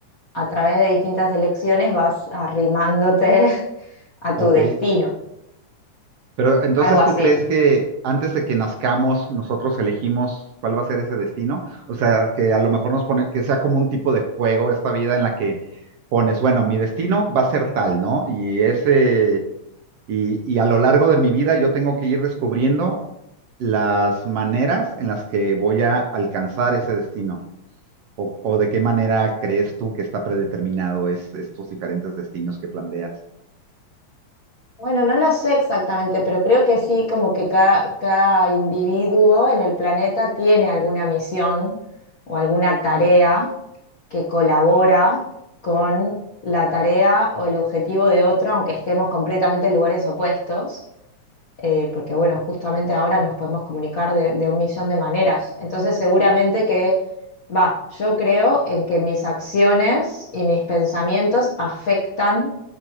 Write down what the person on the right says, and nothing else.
Ok.
Pero entonces,
¿tú crees que antes de que nazcamos nosotros elegimos cuál va a ser ese destino? O sea, que a lo mejor nos pone, que sea como un tipo de juego esta vida en la que pones, bueno, mi destino va a ser tal, ¿no? Y ese Y, y a lo largo de mi vida yo tengo que ir descubriendo las maneras en las que voy a alcanzar ese destino. O, o de qué manera crees tú que está predeterminado es, estos diferentes destinos que planteas.